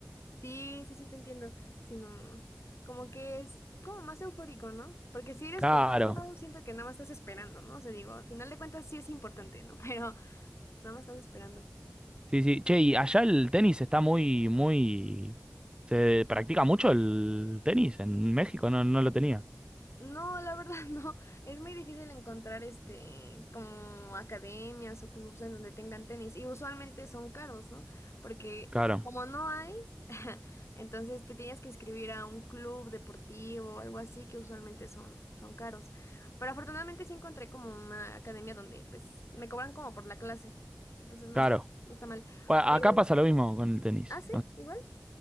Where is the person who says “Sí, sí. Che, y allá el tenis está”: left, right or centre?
Right